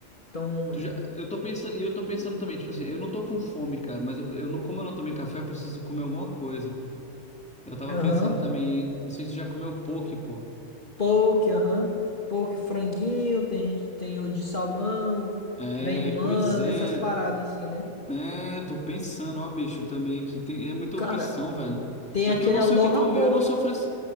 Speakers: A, on the left; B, in the centre.
A: Toma
B: Tu
A: ali.
B: já, eu tô pensando, e eu tô pensando também, tipo assim, eu não tô com fome, cara, mas eu, eu não, como eu não tomei café, eu preciso comer alguma coisa. Eu tava
A: Aham.
B: pensando também, não sei se tu já comeu poke, pô.
A: Poke, aham. Poke, franguinho, tem gente, tem o de salmão,
B: É,
A: vem manga,
B: pois é.
A: essas paradas assim, né?
B: É, eu tô pensando, ó, bicho, também aqui. Tem, é muita
A: Cara,
B: opção, velho.
A: tem
B: É
A: aquele
B: porque eu não
A: Aloha
B: sei o que comer,
A: Poke.
B: eu não sou fres...